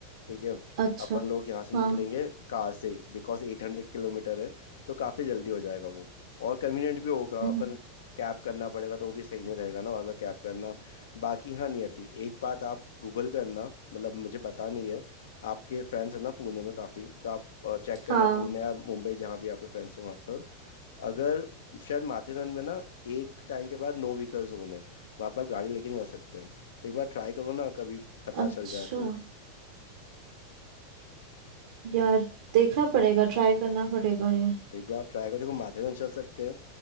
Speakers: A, on the left (about 80°); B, on the right (about 70°).
A: ठीक है
B: अच्छा
A: अपन लोग यहाँ से
B: हाँ
A: निकलेंगे कार से बिकॉज एट हंड्रेड किलोमीटर है तो काफ़ी जल्दी हो जाएगा वो और कन्वीनियंट भी होगा
B: हम्म
A: अपन
B: हम्म,
A: कैब करना पड़ेगा तो वो भी सही नहीं रहेगा ना बार बार कैब करना बाकी हाँ नियति एक बात आप गूगल करना मतलब मुझे पता नहीं है आपके फ्रेंड्स हैं ना पुणे में काफ़ी तो आप चेक करना
B: हाँ
A: पुणे या मुंबई जहाँ भी आपके फ्रेंड्स हैं वहाँ पर अगर शायद माथेरन में ना एक टाइम के बाद नो व्हीकल जोन है वहाँ पर आप गाड़ी लेके नहीं जा सकते हैं तो एक बार ट्राई करो ना कभी पता
B: अच्छा
A: चल जाए तो
B: यार देखना पड़ेगा ट्राई करना पड़ेगा ये
A: एक बार आप ट्राई करो देखो माथेरन चल सकते हैं